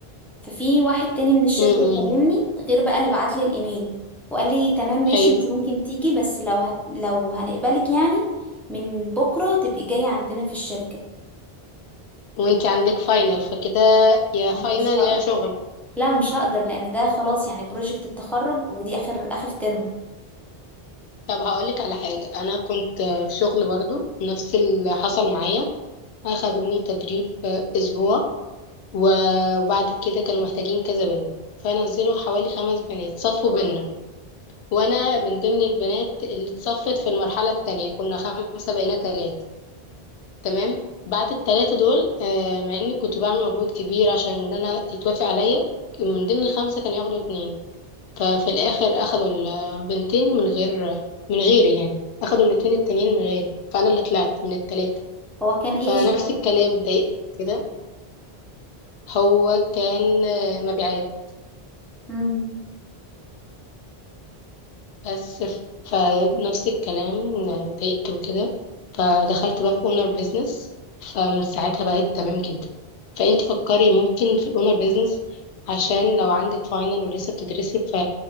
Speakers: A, in the centre; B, on the left.
A: ففي واحد تاني من الشركه
B: مم.
A: كلمني غير بقى اللي بعت لي الايميل وقال لي تمام ماشي
B: ايوه
A: انت ممكن تيجي بس لو هت... لو هنقبلك يعني من بكره تبقي جايه عندنا في الشركه
B: وانت عندك فاينل فكده يا
A: مش
B: فاينل
A: هقدر
B: يا شغل
A: لا مش هقدر لان ده خلاص يعني بروجكت التخرج ودي اخر اخر ترم
B: طب هقولك على حاجة أنا كنت في شغل برضو نفس اللي حصل معايا أخدوني تدريب أسبوع و- وبعد كده كانوا محتاجين كذا بنت فنزلوا حوالي خمس بنات صفوا بينا وأنا من ضمن البنات اللي اتصفت في المرحلة التانية كنا خمسة بقينا تلاتة تمام بعد التلاتة دول آه، مع إني كنت بعمل مجهود كبير عشان إن أنا يتوافق عليا من ضمن الخمسة كانوا ياخدوا اتنين ففي الاخر اخدوا البنتين من غير من غيري يعني اخدوا الاتنين التانيين من غيري فانا اللي طلعت من التلاتة
A: هو كان ايه
B: فنفس
A: الشغل
B: الكلام اتضايقت كده هو كان آه، مبيعات
A: مم.
B: بس فنفس الكلام آه، اتضايقت وكده فدخلت بقى في اونر بيزنس فمن ساعتها بقيت تمام جدا فانت فكري ممكن في الاونر بيزنس عشان لو عندك فاينل ولسه بتدرسي ف...